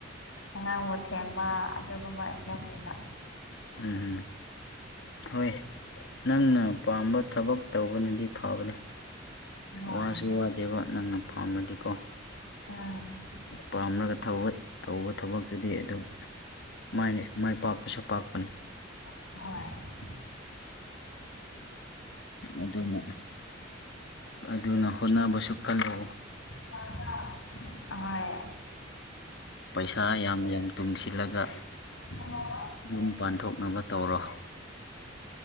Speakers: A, on the left (about 80°); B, on the left (about 60°).
A: ꯑꯉꯥꯡꯕꯨ ꯊꯦꯝꯕ ꯑꯗꯨꯒꯨꯝꯕ ꯏꯟꯇ꯭ꯔ ꯂꯩꯕ
B: ꯎꯝꯝ ꯍꯣꯏ ꯅꯪꯅ ꯄꯥꯝꯕ ꯊꯕꯛ ꯇꯧꯕꯅꯗꯤ ꯐꯕꯅꯤ
A: ꯍꯣꯏ
B: ꯋꯥꯁꯨ ꯋꯥꯗꯦꯕ ꯅꯪꯅ ꯐꯥꯝꯃꯗꯤꯀꯣ
A: ꯎꯝ
B: ꯄꯥꯝꯂꯒ ꯇꯧꯕ ꯊꯕꯛꯇꯨꯗꯤ ꯑꯗꯨꯝ ꯃꯥꯏꯅꯤ ꯃꯥꯏ ꯄꯥꯛꯄꯁꯨ ꯄꯥꯛꯄꯅꯤ
A: ꯍꯣꯏ
B: ꯑꯗꯨꯅ ꯑꯗꯨꯅ ꯍꯣꯠꯅꯕꯁꯨ ꯈꯜꯂꯛꯎ
A: <unintelligible> ꯍꯍꯣꯏ
B: ꯄꯩꯁꯥ ꯌꯥꯝ ꯌꯥꯝ ꯇꯨꯡꯁꯤꯜꯂꯒ
A: ꯑ
B: ꯌꯨꯝ ꯄꯥꯟꯊꯣꯛꯅꯕ ꯇꯧꯔꯣ